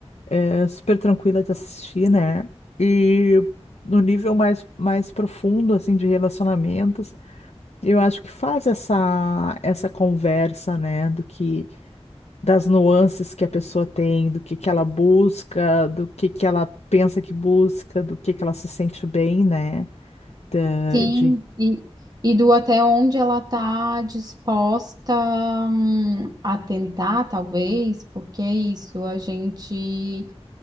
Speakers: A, on the left; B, on the right.
A: é super tranquila de assistir, né? E no nível mais, mais profundo, assim, de relacionamentos, eu acho que faz essa, essa conversa, né? Do que, das nuances que a pessoa tem, do que que ela busca, do que que ela pensa que busca, do que que ela se sente bem, né? Da-
B: Sim,
A: De,
B: e, e do até onde ela está disposta, hum, a tentar, talvez, porque é isso, a gente,